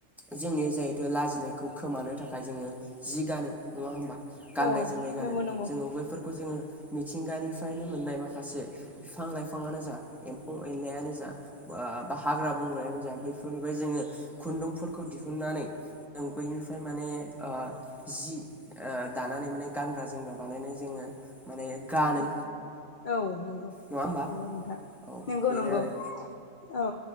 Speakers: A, in the centre; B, on the left (about 55°).
A: जोंनि जिहेतु लाजिनायखौ खोमानो थाखाय जोङो जि गानो नङा होमबा गाननाय
B: औ
A: जोमनाय गानो
B: नंगौ नंगौ
A: जोङो बैफोरखौ जोङो मिथिंगानिफ्रायनो मोननाय माखासे बिफां लाइफाङानो जा एम्फौ एनलायानो जा बा हाग्रा बंग्रायानो जा बैफोरनिफ्राय जोङो खुन्दुंफोरखौ दिहुननानै जों बैनिफ्राय माने ओ जि ओ दानानै माने गानग्रा जोमग्रा बानायनाय जोङो माने गानो
B: ओं औ नों औ
A: नङा होमबा
B: नंगौ नोंथां
A: औ
B: नंगौ
A: बेनो
B: नंगौ
A: आरो
B: औ